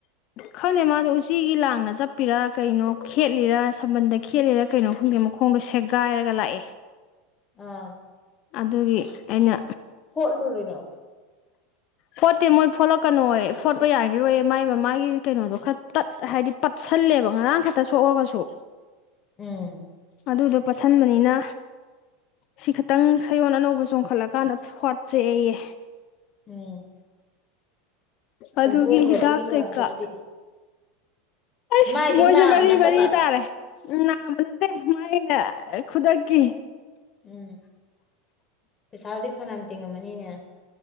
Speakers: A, on the left; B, on the left.
A: ꯈꯪꯗꯦ ꯃꯥꯗꯣ ꯎꯆꯤꯒꯤ ꯂꯥꯡꯅ ꯆꯠꯄꯤꯔꯥ ꯀꯩꯅꯣ ꯈꯦꯠꯂꯤꯔ ꯁꯝꯕꯟꯗ ꯈꯦꯠꯂꯤꯔꯥ ꯀꯩꯅꯣ ꯈꯪꯗꯦ ꯃꯈꯣꯡꯗꯣ ꯁꯦꯒꯥꯏꯔꯒ ꯂꯥꯛꯑꯦ
B: ꯑꯥ
A: ꯑꯗꯨꯒꯤ ꯑꯩꯅ
B: ꯐꯣꯠꯂꯨꯔꯤꯔꯣ
A: ꯐꯣꯠꯇꯦ ꯃꯣꯏ ꯐꯣꯠꯂꯛꯀꯅꯣ ꯐꯣꯠꯄ ꯌꯥꯈꯤꯔꯣꯏ ꯃꯥꯏ ꯃꯃꯥꯏꯒꯤ ꯀꯩꯅꯣꯗꯣ ꯈꯔ ꯇꯠ ꯍꯥꯏꯕꯗꯤ ꯄꯠꯁꯜꯂꯦꯕ ꯉꯔꯥꯡ ꯈꯛꯇ ꯁꯣꯛꯑꯒꯁꯨ
B: ꯎꯝ
A: ꯑꯗꯨꯗꯣ ꯄꯠꯁꯟꯕꯅꯤꯅ ꯁꯤ ꯈ ꯈꯤꯇꯪ ꯁꯌꯣꯟꯜ ꯑꯅꯧꯕ ꯆꯣꯡꯈꯠꯂꯀꯥꯟꯗ ꯐꯣꯠꯆꯦ ꯑꯩꯌꯦ
B: ꯎꯝ
A: ꯑꯗꯨꯒꯤ
B: ꯍꯧꯗꯣꯡꯒ
A: ꯍꯤꯗꯥꯛ
B: ꯍꯨꯏꯒ
A: ꯀꯩꯀꯥ
B: ꯍꯟꯗꯛꯇꯤ
A: ꯑꯁ
B: ꯃꯥꯏꯗꯤ
A: ꯃꯣꯏꯁꯨ
B: ꯅꯥꯕ
A: ꯃꯔꯤ
B: ꯅꯠꯇꯕ
A: ꯃꯔꯤ ꯇꯥꯔꯦ ꯎꯝ ꯅꯥꯕ ꯅꯠꯇꯦ ꯃꯥꯥꯏꯅ ꯈꯨꯗꯛꯀꯤ
B: ꯎꯝ ꯄꯩꯁꯥꯥꯎꯗꯤ ꯐꯅꯝ ꯇꯤꯡꯉꯝꯃꯅꯤꯅꯦ